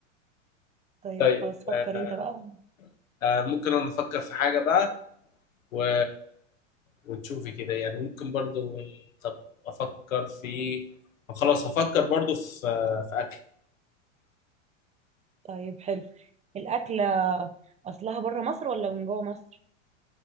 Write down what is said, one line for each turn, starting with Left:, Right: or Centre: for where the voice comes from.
Right: طيب
Left: طيب
Right: خلاص فكر
Left: آه،
Right: انت بقى
Left: آه، ممكن أنا نفكر في حاجة بقى و... وتشوفي كده يعني ممكن برضو طب افكر في خلاص افكر برضو في في اكل
Right: طيب حلو الأكلة أصلها بره مصر ولا من جوه مصر؟